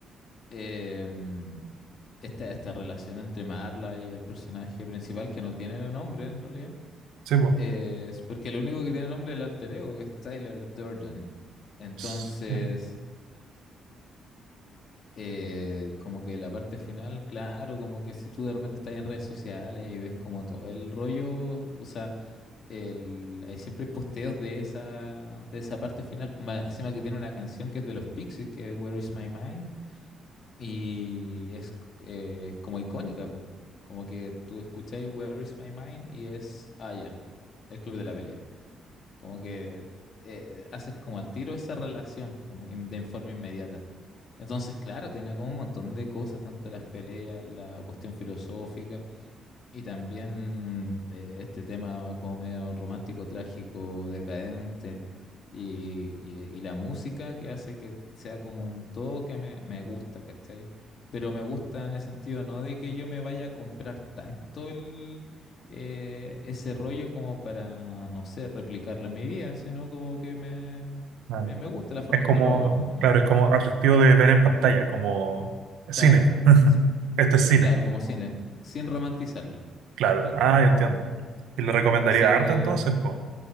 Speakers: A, on the left; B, on the right.
A: em, esta, esta relación entre Marla y el personaje principal, que no tiene nombre en realidad,
B: sí, po.
A: es porque el único que tiene nombre es el alter ego, que es Tyler Durden. Entonces...
B: Ts- ya.
A: eh, como que la parte final, claro, como que si tú de repente estás en redes sociales y ves como todo el rollo, o sea, el, hay siempre posteos de esa, de esa parte final, pues más encima que tiene una canción que es de los Pixies, que es Where Is My Mind, y es, eh, es como icónica, po. como que tú escucháis Where Is My Mind y es, ah, ya, el club de la pelea. Como que eh, haces como al tiro esa relación po, in- de forma inmediata. Entonces, claro, tiene como un montón de cosas, tanto las peleas, la cuestión filosófica. Y también eh, este tema como medio romántico, trágico, decadente, y, y- y la música que hace que sea como un todo que me, me gusta, ¿cachai? Pero me gusta en el sentido no de que yo me vaya a comprar tanto el, eh, ese rollo como para, no sé, replicarlo en mi vida, sino como que me,
B: Ah.
A: me, me gusta la forma
B: Es como,
A: en que lo abordan nomás.
B: claro, es como atractivo de ver en pantalla, como cine.
A: Claro,
B: <laughs>
A: s-
B: Este
A: s-
B: es cine,
A: claro, como cine, sin romantizarlo,
B: claro.
A: claro.
B: Ah, ya entiendo. ¿Y le recomendaría
A: Así
B: harta
A: que
B: entonces, po?